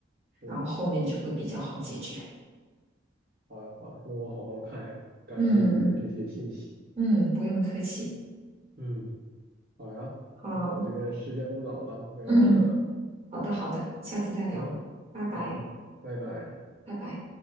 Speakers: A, on the right; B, on the right.
A: 是的，
B: 然后后面就会比较好解决。
A: 好呀好呀，那我好好看呀，感谢你的这些信息。
B: 嗯嗯嗯，不用客气。
A: 嗯。好呀，
B: 好，
A: 那我这边时间不早了，
B: 嗯
A: 我要撤了。
B: 嗯，好的好的，下次再聊，
A: 好，
B: 拜拜
A: 好，拜拜。
B: 拜拜。